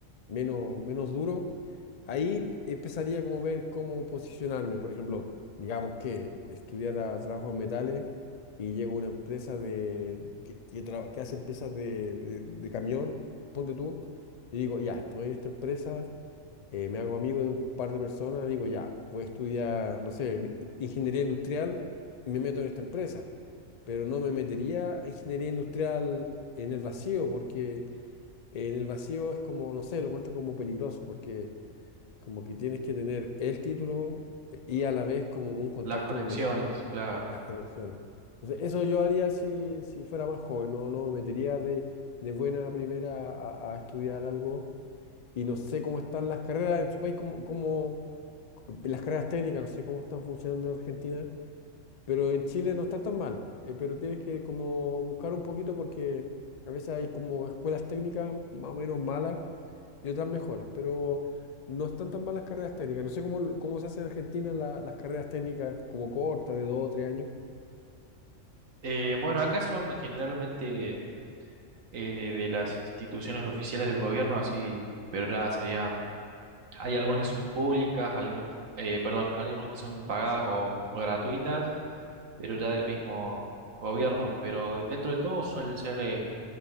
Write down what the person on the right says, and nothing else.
Las conexiones,
claro.
Eh, bueno, acá son generalmente eh, de las instituciones oficiales del gobierno, así, pero ya serían, hay algunas que son públicas, algu- eh, perdón, algunas que son pagadas o, o gratuitas, pero ya del mismo gobierno, pero dentro de todo suelen ser eh,